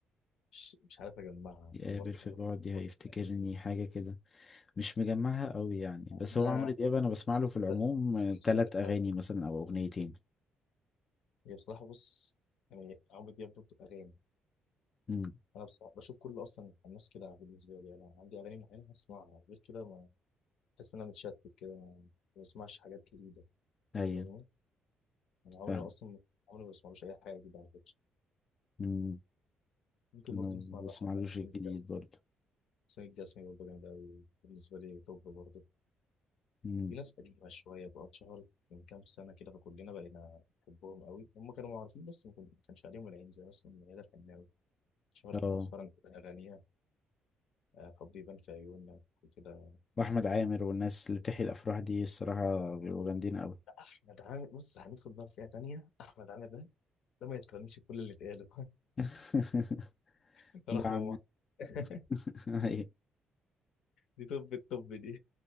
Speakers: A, on the left (about 80°); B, on the left (about 40°).
A: مش مش عارف أجمعها
B: يقابل
A: أنا برضه
B: في
A: خليك
B: بعدي هيفتكرني
A: بص فاكرني
B: حاجه كده مش مجمعها قوي يعني بس
A: أنا
B: هو عمرو
A: أنا
B: دياب انا بسمع
A: عارفها
B: له في العموم
A: بس مش
B: ثلاث
A: عارف
B: اغاني
A: أقولها
B: مثلا او اغنيتين
A: هي بصراحة بص يعني عمرو دياب برضه أغاني
B: امم
A: أنا بصراحة بشوف كل أصلا الناس كده بالنسبة لي أنا عندي أغاني معينة هسمعها غير كده ما بحس إن أنا متشتت كده ما ما بسمعش حاجات جديدة
B: ايوه
A: فاهمني انا عمري
B: فاهم
A: اصلا عمري ما بسمعلوش اي حاجه جديده على فكره
B: امم
A: ممكن
B: انا
A: برضه
B: ما
A: نسمع بقى
B: بسمعلوش
A: حبه لحسين
B: الجديد
A: الجسمي
B: برضه
A: حسين الجسمي برضه جامد قوي بالنسبه لي توب برضه
B: امم
A: في ناس قديمه شويه بقى اتشهرت من كام سنه كده فكلنا بقينا نحبهم قوي هم كانوا معروفين بس ما كن- ما كانش عليهم العين زي مثلا ميادة الحناوي اتشهرت
B: اه
A: مؤخرا باغانيها آه، حبي يبان في عيونك وكده
B: واحمد عامر والناس اللي بتحيي الافراح دي الصراحه بيبقوا جامدين قوي
A: احمد عامر بص هندخل بقى في فئه تانيه احمد عامر ده ده ما يتقارنش بكل اللي اتقاله
B: <laughs>
A: <laughs>
B: ده
A: رحمه
B: عم
A: الله <laughs>
B: <laughs> ايوه
A: دي طب الطب دي